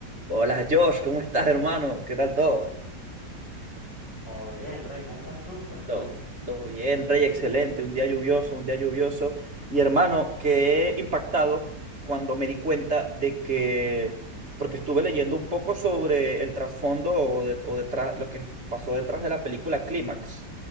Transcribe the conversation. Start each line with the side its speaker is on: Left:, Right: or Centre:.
Right: Hola Josh, ¿cómo estás, hermano? ¿Qué tal todo?
Left: Todo bien, Rey, ¿cómo estás tú? Cuéntame.
Right: Todo. Todo bien, Rey, excelente. Un día lluvioso, un día lluvioso. Y hermano, quedé impactado cuando me di cuenta de que, porque estuve leyendo un poco sobre el trasfondo o, de- o detrás, lo que pasó detrás de la película Clímax,